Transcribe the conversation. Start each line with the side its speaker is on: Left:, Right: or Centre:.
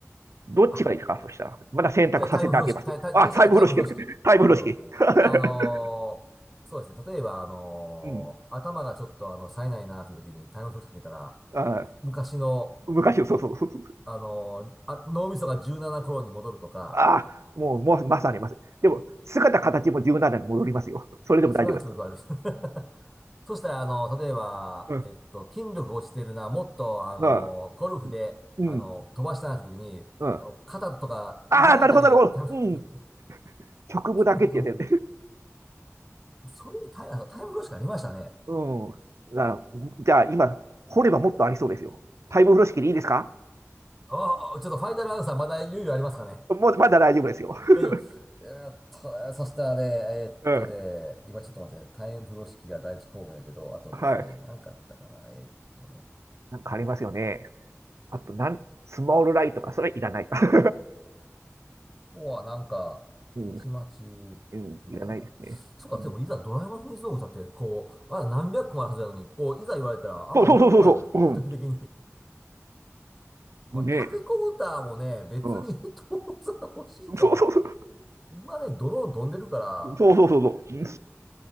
Right: どっちがいいですかそしたら。
Centre: あ、
Right: まだ選択させてあげます。
Centre: じゃあタイム風呂敷、タイ、タイ、
Right: あ、
Centre: そしたらタイム風呂敷。
Right: タイム風呂敷、タイム風呂敷。
Centre: うん。
Right: <laughs>
Centre: あのーそうですね。例えば、あのー頭がちょっと、
Right: うん。
Centre: あの、冴えないなという時にタイム風呂敷かけたら、
Right: あ
Centre: 昔の、
Right: 昔の、そうそうそう。
Centre: あのーあ、脳みそが軟なな頃に戻るとか、
Right: あもう、もう、まさにます。でも、姿、形も柔軟ななに戻りますよ。それでも大丈夫ですか
Centre: あ、それはちょっと具合悪いです。<laughs> そしたら、あの、例えば、
Right: うん。
Centre: えっと、筋力が落ちてるな、もっと、あの、
Right: あ
Centre: ゴルフで、
Right: うん。
Centre: あの、飛ばしたなって時に、
Right: うん。あ
Centre: あの肩とか腕のあたりをタイムロスかけたら
Right: あ、なるほど、なるほど。うん。局部だけってやつ、
Centre: 筋肉も、それにタイ、あタイムロスかありましたね。
Right: <laughs> うん。だからじゃあ、今、掘ればもっとありそうですよ。タイム風呂敷でいいですか
Centre: ああ、ちょっとファイナルアンサーまだ猶予ありますかね。
Right: もう、まだ大丈夫ですよ。<laughs>
Centre: 大丈夫。えーっと、そしたらね、えーっとね、
Right: うん。
Centre: 今ちょっと待ってね、タイム風呂敷が第一候補やけど、あとですね、
Right: はい。
Centre: 何かあったかな。えーっとね、こ
Right: なんかありますよね。あと、なん、スモールライトか、それいらないか。<laughs>
Centre: こはなんか、
Right: うん、
Centre: たちまちないな。
Right: うん、いらないですね。
Centre: そうか、
Right: うん、
Centre: でもいざドラえもんの秘密道具だって、こう、まだ何百個もあるはずなのに、こう、いざ言われたらあんまり思い浮かばないな、
Right: そうそうそうそうそう、
Centre: 具体的に。まあ、
Right: うん、ね
Centre: タケコプターもね、別に
Right: うん、
Centre: <laughs> 当然欲しいとは思う。
Right: そうそうそう、
Centre: 今ね、ドローン飛んでるから、
Right: そうそうそうそう、うん